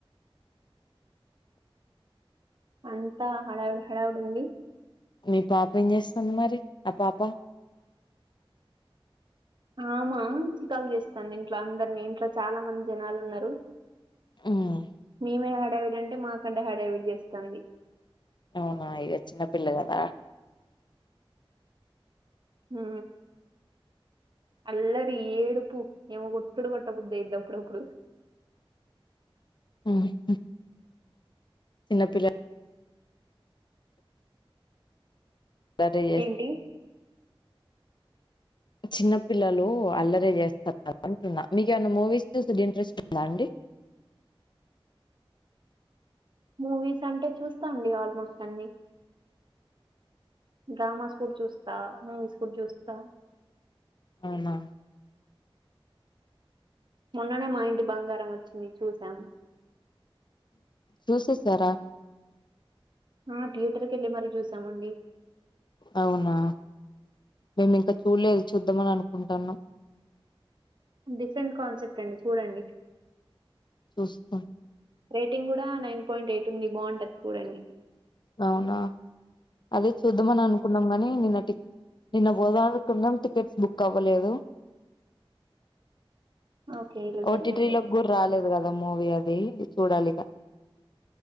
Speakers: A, on the right; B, on the left.
A: అంతా హడావిడి హడావిడి ఉంది
B: మీ పాప ఏం చేస్తుంది మరి ఆ పాప
A: ఆమా చికాకు చేస్తాంది ఇంట్లా అందరిని ఇంట్లో చాలా మంది జనాలు ఉన్నారు
B: హ్మ్
A: మేమే హడావిడి అంటే మాకంటే హడావిడి చేస్తాంది
B: అవునా ఇక చిన్నపిల్లగద
A: ఆ అల్లరి ఏడుపు యమ కొట్డుడు కొట్టబద్దైద్ది అప్పుడప్పుడు
B: <unintelligible> <unintelligible> చిన్నపిల్ల <unintelligible>
A: ఏంటి
B: చిన్న పిల్లలు అల్లరే చేస్తారు అంటున్నా మీకు ఏమనా మూవీస్ చూసుడు ఇంట్రెస్ట్ ఉందా అండి <unintelligible>
A: మూవీస్ అంటే చూస్తా అండి ఆల్మోస్ట్ అన్ని డ్రామాస్ కూడా చూస్తా మూవీస్ కూడా చూస్తా
B: అవునా
A: మొన్ననే మా ఇంటి బంగారం వచ్చింది చూసా
B: చూసేసారా
A: ఆ థియేటర్కి యెళ్ళి మరీ చూసామండి
B: అవునా మేము ఇంకా చూడలేదు చూద్దామని అనుకుంటున్నాం
A: డిఫరెంట్ కాన్సెప్ట్ అండి చూడండి
B: చూస్తా
A: రేటింగ్ కూడా నైన్ పాయింట్ ఎయిట్ ఉంది బాగుంటది చూడండి
B: అవునా అదే చూద్దామని అనుకున్నాం కాని నిన్న నిన్న బోదామనుకున్నాం టికెట్స్ బుక్ అవ్వలేదు
A: ఓకే ఈ రోజు
B: ఓటీటీ
A: వెళ్ళండి
B: లోకి
A: అయితే
B: కూడా రాలేదు కదా మూవీ అది చూడాలిగా